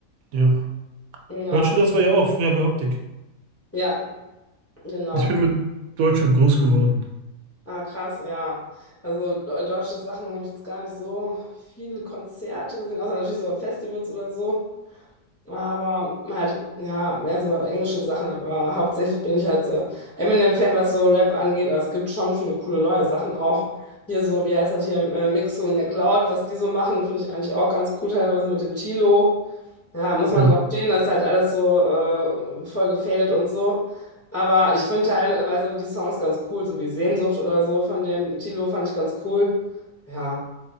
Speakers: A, on the right (about 75°); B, on the left (about 15°).
A: Ja.
B: Ja,
A: Merchandise war ja auch früher bei Optik.
B: ja, genau.
A: Ich bin mit Deutschrap groß geworden.
B: Ah, krass, ja. Also de- deutsche Sachen habe ich jetzt gar nicht so viele Konzerte gesehen, außer natürlich so auf Festivals oder so. Aber halt, ja, mehr so englische Sachen, aber hauptsächlich bin ich halt so Eminem-Fan, was so Rap angeht, aber es gibt schon viele coole neue Sachen auch. Hier so, wie heißt das hier, äh, Mixo und McLeod, was die so machen, finde ich eigentlich auch ganz cool, teilweise mit dem Tilo. Ja, muss
A: Ja.
B: man drauf stehen, das ist halt alles so äh, voll gefadet und so. Aber ich finde teilweise die Songs ganz cool, so wie Sehnsucht oder so von dem Tilo fand ich ganz cool. Ja.